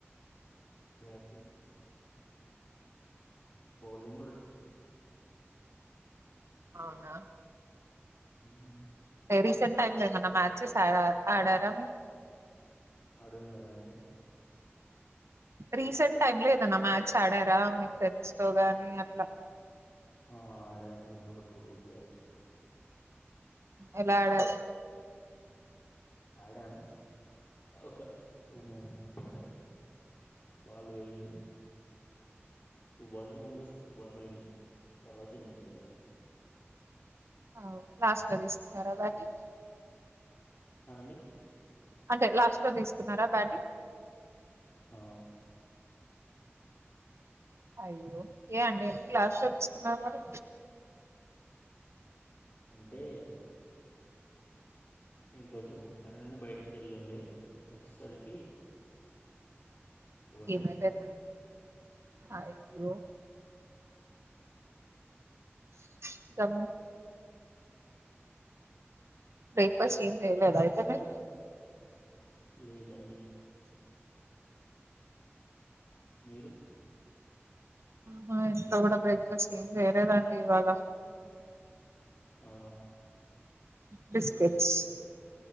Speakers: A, on the left; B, on the right.
A: బ్యాటింగ్ బౌలింగ్ కూడా వచ్
B: అవునా
A: హుమ్
B: రీసెంట్ టైమ్ల ఏమన్నా మ్యాచెస్ ఆడ ఆడారా మీర్
A: అర్ధం కాలే అండి
B: రీసెంట్ టైమ్ లో ఏదన్నా మ్యాచ్ ఆడారా మీ ఫ్రెండ్స్ తో గాని అట్లా
A: ఆ ఆడా అండి ఒక టూ డేస్ బ్యాక్
B: ఎలా ఆడారం
A: ఆడాం ఒక టూ మెల్ మేడం బాలు పోయింది టూ బాల్స్ కొనుకొస్ టూ బాల్ పోయినయ్ తర్వాత వెళ్ళిపోయారు వాళ్ళు
B: అవ్ లాస్ట్ లో తీసుకున్నారా బ్యాటింగ్
A: అ అండి
B: అంటే లాస్ట్ లో తీసుకున్నారా బ్యాటింగ్
A: హ
B: అయ్యో ఏ అండి ఎందుకు లాస్టులో తీసుకున్నారు మరి
A: అంటే ఇంకొంచెం పనుండి బయటికేళ్ళుండే వచ్చేసరికి ఓవర్లు
B: ఏమైపోయింది
A: అయిపోయినాయ్
B: అయ్యో సం బ్రేక్ఫాస్ట్ ఏం చెయ్యలేదా అయితే మ
A: లేదండి మీరు
B: మా ఇంట్లో కూడా బ్రేక్ఫాస్ట్ ఏం చేయలేదండి ఇవాళ
A: అవునా
B: బిస్కెట్స్